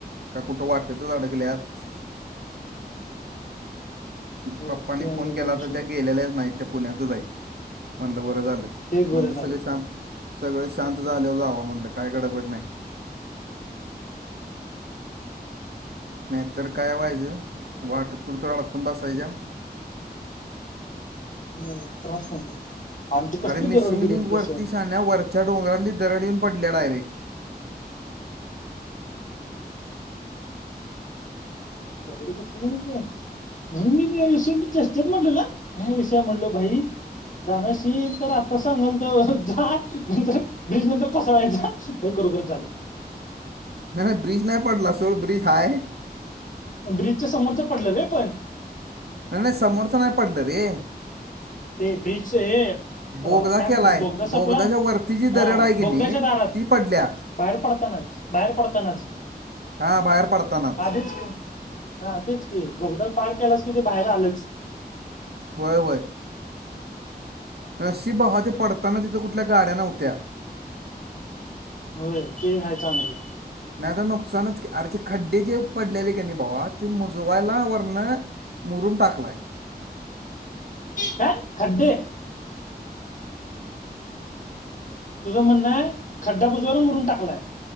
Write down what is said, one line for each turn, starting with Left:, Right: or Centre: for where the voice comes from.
Right: का कुठं वाटतच अडकल्यात.. <unintelligible>
Left: होय
Right: पप्पांनी
Left: ते आणि
Right: फोन केला
Left: काय विषय
Right: तर त्या गेलेल्याच नाहीत त्या पुण्यातच हाईत म्हणल बरं झालं
Left: ते एक बरं
Right: मणलं
Left: झालं
Right: सगळ शांत सगळ शांत झाल्यावर जावव म्हणलं काय गडबड न्हाय नाहीतर काय व्हायचं वाटतं कुठं तर अडकून बसायच्या <inaudible>
Left: हम्म त्रास नको. आणि ते कसली
Right: अरे मिसिंग
Left: दरड बिरड
Right: लिंक
Left: कोसळली
Right: वरती शाहण्या वरच्या डोंगरातली दरड येऊन पडल्या डायरेक्ट.
Left: दरड कोसळली म्हणतो. भाई मी मी या विषयी चेष्टेत म्हटलेल हां ह्याँ विषा म्हणलो भाई. जाणार अशील तर आत्ता सांगलतो जा नंतर ब्रिज नंतर कोसळायचा. खरोखरच झाल.
Right: नाही नाही ब्रिज नाही पडला सोड ब्रिज हाय.
Left: ब्रिजच्या समोरच पडलं रे. पण
Right: नाही नाही समोरच नाही पडलं रे.
Left: ते ब्रिजच हे अं,
Right: बोगदा
Left: काय म्हणतात
Right: केलाय
Left: बोगदा सपला
Right: बोगदाच्या वरती जी
Left: हा
Right: दरड आहे
Left: बोगद्याच्या
Right: की नाही
Left: दारात
Right: ती पडल्या.
Left: बाहेर बाहेर पडतानाच
Right: हा बाहेर पडतानाच
Left: आधीच की हां तेच. बोगदा पार केलास कि ते बाहेर आलंच.
Right: होय होय. नशीब भावा ते पडताना तिथं कुठल्या गाड्या नव्हत्या.
Left: होय ते एक हाय चांगलं.
Right: नाही आता नुकसानच की अरे ते खड्डे जे पडलेले का नाही भावा ते मुजवायला वरन मुरूम टाकलाय.
Left: काय खड्डे? तुझं म्हणणं आहे खड्डा मुजवायला मुरूम टाकलाय.